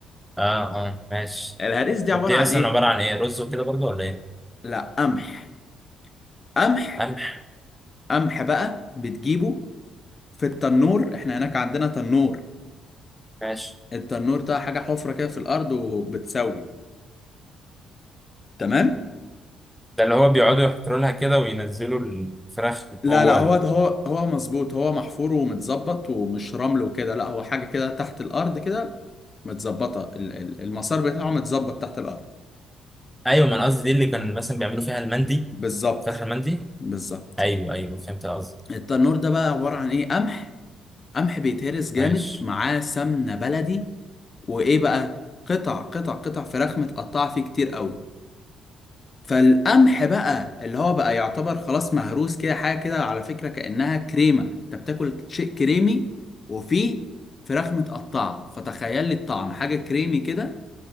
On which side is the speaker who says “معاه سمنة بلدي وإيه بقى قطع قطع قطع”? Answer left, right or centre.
Left